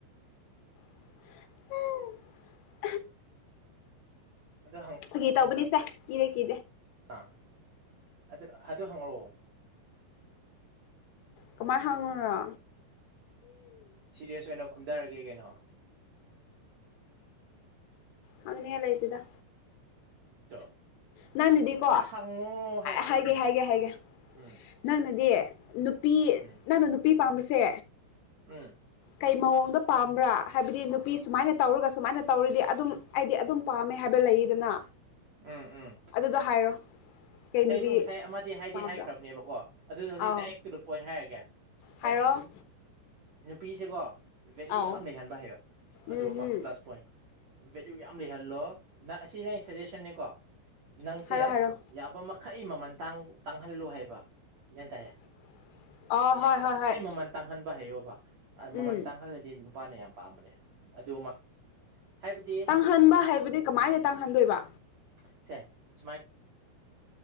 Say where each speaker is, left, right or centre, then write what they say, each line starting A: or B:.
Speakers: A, on the left; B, on the right.
A: <inaudible>
B: ꯑꯗꯨ
A: ꯐꯒꯤ ꯇꯧꯕꯅꯤꯁꯦ ꯀꯤꯔ ꯀꯤ
B: ꯑꯥ ꯑꯗꯨ ꯑꯗꯨ ꯍꯪꯉꯛꯑꯣ
A: ꯀꯃꯥꯏ ꯍꯪꯉꯣꯔ
B: ꯁꯤꯔꯤꯌ‌ꯦꯁ ꯑꯣꯏꯅ ꯈꯨꯝꯊꯔꯒꯦ ꯀꯩꯅꯣ
A: ꯍꯪꯅꯤꯉꯥꯏ ꯂꯩꯇ‌ꯦꯗ
B: <unintelligible>
A: ꯅꯪꯅꯗꯤꯀꯣ
B: ꯑꯩꯅ ꯍꯪꯉꯣ ꯍꯥꯏꯔꯗꯤ
A: ꯍꯥꯏꯒꯦ
B: ꯎꯝ
A: ꯍꯥꯏꯒꯦ ꯍꯥꯏꯒꯦ
B: ꯎꯝ
A: ꯅꯪꯅꯗꯤ ꯅꯨꯄꯤ
B: ꯎꯝ
A: ꯅꯪꯅ ꯅꯨꯄꯤ ꯄꯥꯝꯕꯁꯦ
B: ꯎꯝ
A: ꯀꯩ ꯃꯑꯣꯡꯗ ꯄꯥꯝꯕ꯭ꯔꯥ ꯍꯥꯏꯕꯗꯤ ꯅꯨꯄꯤ ꯁꯨꯃꯥꯏꯅ ꯇꯧꯔꯒ ꯁꯨꯃꯥꯏꯅ ꯇꯧꯔꯗꯤ ꯑꯗꯨꯝ ꯍꯥꯏꯗꯤ ꯑꯗꯨꯝ ꯄꯥꯝꯃꯦ ꯍꯥꯏꯕ ꯂꯩꯌ‌ꯦꯗꯅ
B: ꯎꯝ ꯎꯝ
A: ꯑꯗꯨꯗꯣ ꯍꯥꯏꯔꯣ ꯀꯩ ꯅꯨꯄꯤ
B: ꯑꯩꯗꯣ ꯉꯁꯥꯏ ꯑꯃꯗꯤ ꯍꯥꯏꯗꯤ
A: ꯄꯥꯝꯕ꯭ꯔꯥ
B: ꯍꯥꯏꯈ꯭ꯔꯕꯅꯦꯕꯀꯣ ꯑꯗꯨ ꯍꯧꯖꯤꯛ
A: ꯑꯥꯎ
B: ꯗꯥꯏꯔꯦꯛꯇꯨꯗ ꯄꯣꯏꯟ ꯍꯥꯏꯔꯒꯦ
A: ꯍꯥꯏꯔꯣ
B: ꯁꯦ ꯅꯨꯄꯤꯁꯦꯀꯣ ꯚꯦꯂꯌꯨ
A: ꯑꯥꯎ
B: ꯌꯥꯝ ꯂꯩꯍꯟꯕ ꯍꯥꯏꯌꯣ ꯑꯗꯨ
A: ꯎꯝ
B: ꯑꯃ
A: ꯍꯝ
B: ꯄ꯭ꯂꯁ ꯄꯣꯏ ꯚꯦꯂꯨ ꯌꯥꯝ ꯂꯩꯍꯜꯂꯣ ꯅ ꯑꯁꯤꯗꯤ ꯑꯩ ꯁꯖꯦꯁꯟꯅꯤꯀꯣ ꯅꯪꯁꯦ
A: ꯍꯥꯏꯔꯣ ꯍꯥꯏꯔꯣ
B: ꯌꯥꯕ ꯃꯈꯩ ꯃꯃꯜ ꯇꯥꯡꯍꯜꯂꯨ ꯍꯥꯏꯕ ꯒ꯭ꯌꯥꯟ ꯇꯥꯏꯅ
A: <inaudible>
B: ꯌꯥꯕ
A: ꯍꯣꯏ
B: ꯃꯈꯩ
A: ꯍꯣꯏ
B: ꯃꯃꯜ ꯇꯥꯡꯍꯟꯕ ꯍꯩꯌꯣꯕ ꯃꯃꯜ
A: ꯎꯝ
B: ꯇꯥꯡꯍꯜꯂꯗꯤ ꯅꯨꯄꯥꯅ ꯌꯥꯝ ꯄꯥꯝꯕꯅꯦ꯫ ꯑꯗꯨꯃ ꯍꯥꯏꯕꯗꯤ
A: ꯇꯥꯡꯍꯟꯕ ꯍꯥꯏꯕꯗꯤ ꯀꯃꯥꯏꯅ ꯇꯥꯡꯍꯟꯗꯣꯏꯕ?
B: ꯁꯦ ꯁꯨꯃꯥꯏ